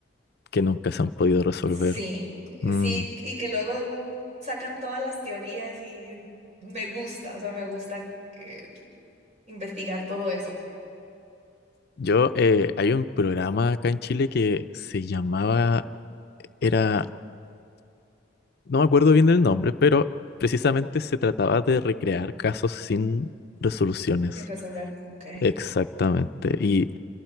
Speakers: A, on the left; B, on the right.
A: que nunca se han podido resolver.
B: Sí,
A: Mm.
B: sí, y que luego sacan todas las teorías y me gusta, o sea, me gusta eh, investigar todo eso
A: Yo, eh, hay un programa acá en Chile que se llamaba, era no me acuerdo bien del nombre, pero precisamente se trataba de recrear casos sin resoluciones.
B: sin resolver. Ok.
A: Exactamente. Y